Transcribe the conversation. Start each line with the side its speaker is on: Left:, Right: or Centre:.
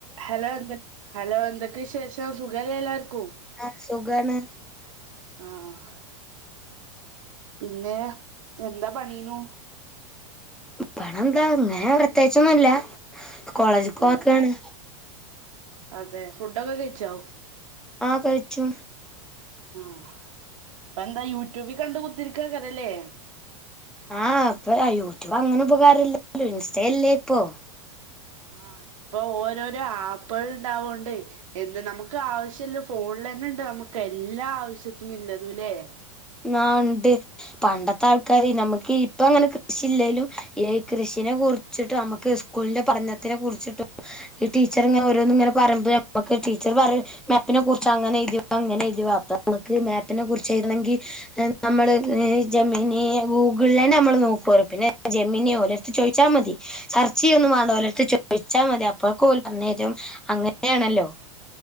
Right: ഹലോ എന്ത ഹലോ എന്തക്കെ വിശേഷം സുഖല്ലെ എല്ലാർക്കും
Centre: ആഹ് സുഖാണ്
Right: ആഹ് പിന്നെ എന്താ പണീനു
Centre: ഇ പണം എന്താ ഇങ്ങനെ പ്രത്യേകിച്ചൊന്നല്ല കോളേജ്ക്ക പോവാൻ
Right: ആഹ്
Centre: നിക്കാണ്
Right: അതെ ഫുഡൊക്കെ കഴിച്ചോ
Centre: ആഹ് കഴിച്ചു
Right: ആഹ് ഇപ്പ എന്താ യൂട്യൂബി കണ്ട് കുത്തിരിക്കാക്കരെല്ലേ
Centre: ആഹ് ഇപ്പൊ യൂട്യൂബ് അങ്ങനെ ഉപകാര ഇല്ലല്ലോ. ഇൻസ്റ്റല്ലേ ഇപ്പൊ
Right: ആഹ് ഇപ്പൊ ഓരോരോ ആപ്പെൾ ഇണ്ടാവോണ്ടെ എന്ത് നമുക്ക് ആവശ്യല്ല ഫോണിലെ ന്നെ ഇണ്ട് നമ്മ നമക്ക് എല്ലാ ആവശ്യത്തിനും ഇല്ലതുല്ലേ
Centre: ന്നാഹ് ഇണ്ട്. പണ്ടത്തെ ആൾക്കാര് നമുക്ക് ഇപ്പ അങ്ങനെ കൃഷിയില്ലേലും ഈ കൃഷ കുറ്ച്ചിട്ടു നമക്ക് സ്കൂളിന്റെ പഠണത്തിനെ കുറിച്ചിട്ടും ഈ ടീച്ചർ ഇങ്ങനെ ഓരോന്നും ഇങ്ങനെ പറയുമ്പ നമുക്ക് ടീച്ചർ പറിം. മേപ്പിനെ കുറിച്ച് അങ്ങെനെ എഴുതിവ ഇങ്ങനെ എഴുതിവാ അപ്പൊ നമുക്ക് മാപ്പിനെ കുറിച്ച് എഴുതണെങ്കിൽ നമ്മള് ജമ്മീനി ഗൂഗിള്ലെന്നെ നമ്മൾ നോക്കു വാറ് പിന്നെ ജമ്മെനി ഓരോരുത്ത ചോദിച്ചാ മതി. സർ ചെയ്യന്നും മാണ്ട. ഓലെടുത്ത് ചോദിച്ചാൽ മതി അപ്പൊഴക്കോല് പറഞ്ഞെരും അങ്ങനെയാണല്ലോ ലോ